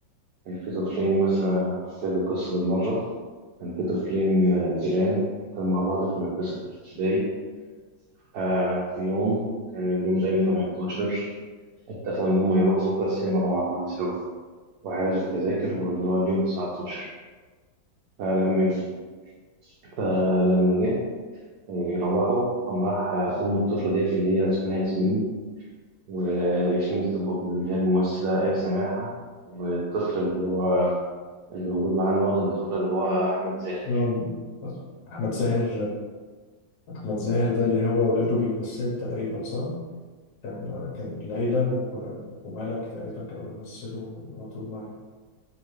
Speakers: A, on the right (about 65°); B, on the left (about 70°).
A: كان في طفلين مثلا أحكي لك القصة بالمرة كان في طفلين جيران كانوا مع بعض في المدرسة في الابتدائي آه، في يوم كان اليوم ده يوم 18 اتفقوا إن هما يروحوا بكرة السينما مع بعض سوا وحجزوا التذاكر واللي هو اليوم 19 فلما جه فلما جه يروحوا قام راح آه، أم الطفلة ديت اللي هي اسمها ياسمين وياسمين دي تبقى اللي هي الممثلة آية سماحة والطفل اللي هو اللي موجود معاه اللي واخد البطولة اللي هو أحمد زاهر
B: آه، أحمد زاهر أحمد زاهر ده اللي هو ولاده بيمثلوا تقريبا صح؟ كان كان ليلى و- وملك تقريبا كانوا بيمثلوا على طول مع